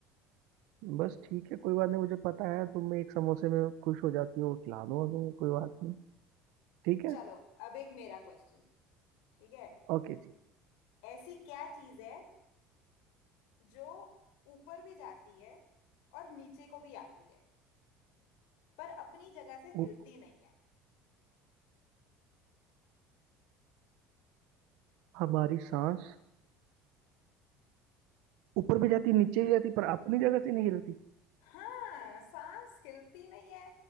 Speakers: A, on the right; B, on the left.
A: बस ठीक है कोई बात नहीं मुझे पता है तुम एक समोसे में खुश हो जाती हो खिला दो हमें कोई बात नहीं ठीक
B: चलो
A: है
B: अब एक मेरा क्वेश्चन ठीक है
A: ओके जी
B: ऐसी क्या चीज है जो ऊपर भी जाती है और नीचे को भी आती है पर अपनी जगह से
A: उ-
B: हिलती नहीं है
A: हमारी सांस ऊपर भी जाती नीचे भी जाती पर अपनी जगह से नहीं हिलती
B: हाँ सांस हिलती नहीं है